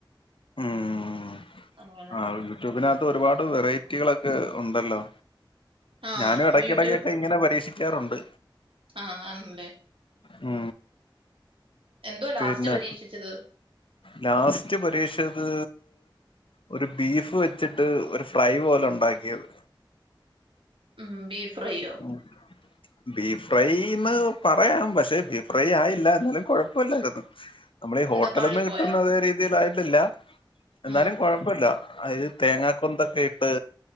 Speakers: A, on the left; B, on the right.
A: ഉം
B: അങ്ങനെ
A: ആഹ് യൂട്യൂബിനകത്ത് ഒരുപാട് വെറൈറ്റികളൊക്കെ ഉണ്ടല്ലോ
B: ആഹ്
A: ഞാനും ഇടക്കിടക്കൊക്കെ
B: യൂട്യൂബ്
A: ഇങ്ങനെ പരീക്ഷിക്കാറുണ്ട്
B: ആഹ് ആണല്ലേ
A: മ്
B: എന്തുവാ ലാസ്റ്റ്
A: പിന്നെ
B: പരീക്ഷിച്ചത്
A: ലാസ്റ്റ് പരീക്ഷിച്ചത് ഒരു ബീഫ് വെച്ചിട്ട് ഒരു ഫ്രൈ പോലെ ഉണ്ടാക്കിയത്
B: ഉം ബീഫ്രയോ
A: ഉം. ബീഫ് ഫ്രൈന്ന് പറയാം പക്ഷെ ബീഫ് ഫ്രൈ ആയില്ല എന്നാലും കൊഴപ്പമില്ലായിരുന്നു നമ്മളെ ഈ ഹോട്ടലിന്ന്
B: എന്താ പാളിപ്പോയോ
A: കിട്ടുന്ന അതേ രീതിയിലായിട്ടില്ല എന്നാലുംകുഴ
B: ഉം
A: പ്പല്ല അത് തേങ്ങാ കൊന്തെക്കെ ഇട്ട്